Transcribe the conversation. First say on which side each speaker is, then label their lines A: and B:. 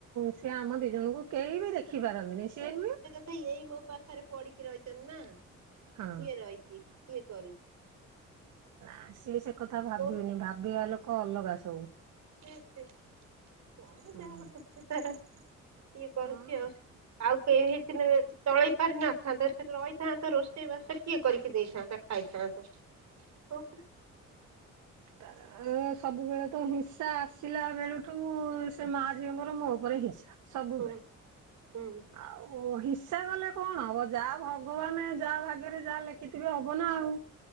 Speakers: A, on the right (about 75°); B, on the right (about 60°).
A: ସିଏ ଆମ ଦି ଜଣଙ୍କୁ, କେହି ବି- ଦେଖି ପାରନ୍ତିନି। ସିଏ ନୁହୁଁ
B: ନାଇଁ ଏଇ ମୋ ପାଖରେ ପଡିକି ରହିଛନ୍ତି ନା?
A: ହଁ
B: କିଏ ରହିଛି? କିଏ କରୁଚି?
A: ଆ ସିଏ ସେ କଥା ଭାବିବେନି।
B: କଣ
A: ଭାବିବା ଲୋକ ଅଲଗା ସବୁ।
B: ସେ ସେ, କଣ
A: ହଁ।
B: ଯାହା ବୁଝିପାର। କିଏ କରୁଛି
A: ହଁ
B: ଆଉ? ଆଉ କେହି ହେଇ ଥିଲେ ଚଳେଇ ପାରି ନଥାନ୍ତେ। ଫେରେ ରହିଥାନ୍ତା। ରୋଷେଇ ବାସ କିଏ କରିକି ଦେଇଥାନ୍ତା? ଆଇଥାନ୍ତୁ। କହୁନ?
A: ତାର ସବୁବେଳେ ତ ହିଂସା। ଆସିଲା ବେଳୁଠଉ ସେ ମା ଝିଅଙ୍କର ମୋ ଉପରେ ହିଂସା। ସବୁବେଳେ।
B: ହୁଁ ହୁଁ।
A: ଆଉ ହିଂସା ଗଲେ କଣ ହବ ଯା ଭଗବାନ ଯା ଭାଗ୍ୟରେ ଯା ଲେଖିଥିବେ ହବ ନା ଆଉ।